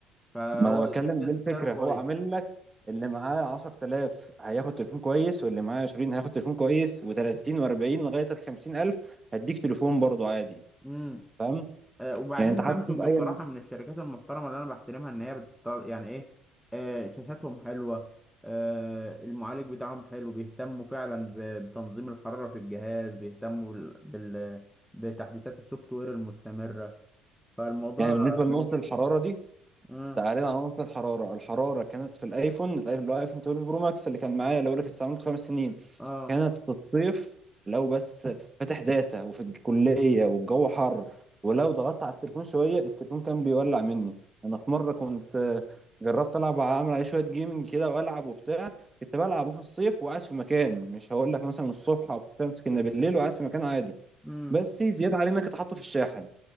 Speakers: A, in the centre; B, on the right (about 20°).
A: فهو
B: ما انا بتكلم دي الفكرة
A: سعره كويس
B: هو عامل لك اللي معاه 10000 هياخد تليفون كويس واللي معاه 20 هياخد تليفون كويس و30 و40 لغاية ال 50000 هديك تليفون برضه عادي
A: امم
B: فاهم
A: آه وبعدين
B: يعني انت حتى
A: سامسونج
B: بأي
A: بصراحه من الشركات المحترمه اللي انا بحترمها ان هي بت... يعني ايه آه شاشاتهم حلوه آه المعالج بتاعهم حلو بيهتموا فعلا ب... بتنظيم الحراره في الجهاز بيهتموا بال... بال... بتحديثات السوفت وير المستمره فالموضوع
B: يعني بالنسبة لنقطة
A: الموضوع
B: الحرارة
A: كو-
B: دي
A: اه
B: تعالى على نقطة الحرارة الحرارة كانت في الايفون الايفون اللي هو ايفون 12 برو ماكس اللي كان معايا اللي بقول لك استعملته خمس سنين
A: اه
B: كانت في الصيف لو بس فاتح داتا وفي الكلية والجو حر ولو ضغطت على التليفون شوية التليفون كان بيولع مني أنا في مرة كنت آه، جربت ألعب أعمل عليه شوية جيمنج كده وألعب وبتاع كنت بلعبه في الصيف وقاعد في مكان مش هقول لك مثلا الصبح أو في الشمس كنا بالليل وقاعد في مكان عادي
A: امم
B: بس زيادة علينا كنت حاطه في الشاحن